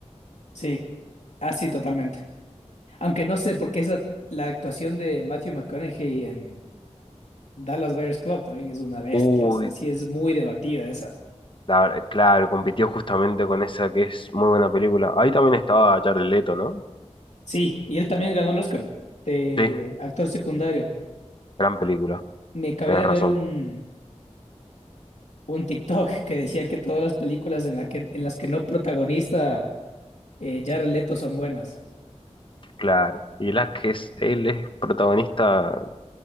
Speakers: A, on the left (about 70°); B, on the left (about 45°).
A: Sí, así totalmente. Aunque no sé por qué esa, la actuación de Matthew McConaughey en Dallas Buyers Club también es una bestia,
B: Uy,
A: o sea, sí es muy debatida esa.
B: la- claro, compitió justamente con esa que es muy buena película. Ahí también estaba Jared Leto, ¿no?
A: Sí, y él también ganó el Oscar de
B: Sí,
A: actor secundario.
B: gran película.
A: Me acabé
B: Tenés
A: de
B: razón.
A: ver un, un TikTok que decía que todas las películas en, la que, en las que no protagonista eh, Jared Leto son buenas,
B: Claro. Y la que es, él es protagonista,